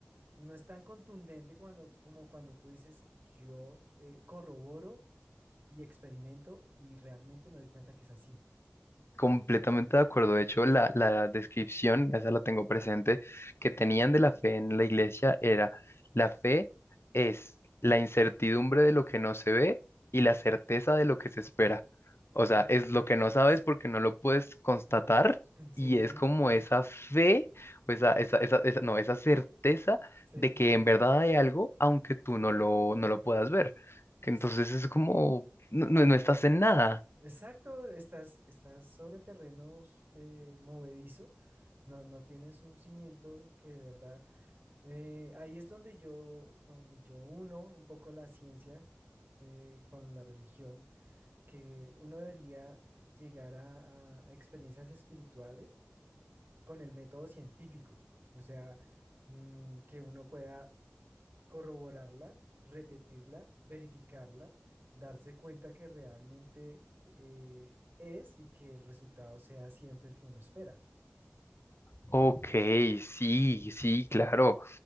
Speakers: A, on the right; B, on the left.
A: no es tan contundente cuando, como cuando tú dices yo eh, corroboro y experimento y realmente me doy cuenta que es así.
B: Completamente de acuerdo. De hecho, la, la descripción, esa la tengo presente, que tenían de la fe en la iglesia era, la fe es la incertidumbre de lo que no se ve y la certeza de lo que se espera. O sea,
A: Ma-
B: es lo que no sabes
A: <sniffs>
B: porque no lo puedes constatar
A: Sí,
B: y es como esa fe, o esa, esa, esa, esa- no, esa certeza
A: sí.
B: de que en verdad hay algo, aunque tú no lo, no
A: <clears throat>
B: lo puedas ver. Que
A: Es-
B: Entonces es como, no, no no estás en nada.
A: exacto, estás, estás sobre terrenos eh, movedizo, no, no tienes un cimiento que de verdad, eh, ahí es donde yo, donde yo uno un poco la ciencia eh, con la religión, que uno debería llegar a, a- a experiencias espirituales con el método científico, o sea, mm, que uno pueda corroborarla, repetirla, verificarla, darse cuenta que realmente eh, es y que el resultado sea siempre el que uno espera.
B: Ok, sí, sí, claro.